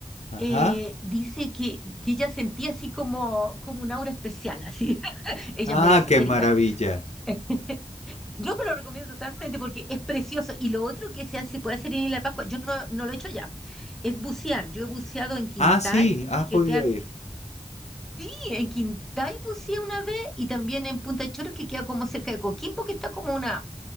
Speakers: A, on the left (about 80°); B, in the centre.
A: Ajá.
B: eh, dice que, que ella sentía así como, como un aura especial, así. <laughs> Ella
A: Ah,
B: es media esotérica.
A: qué maravilla.
B: <laughs> Yo te lo recomiendo totalmente porque es precioso. Y lo otro que se hace, puede hacer en Isla de Pascua, yo no, no lo he hecho allá, es bucear. Yo he buceado en Quintal,
A: Ah, sí, has
B: que
A: podido
B: queda
A: ir.
B: Sí, en Quintay buceé una vez y también en Punta Choros, que queda como cerca de Coquimbo, que está como una,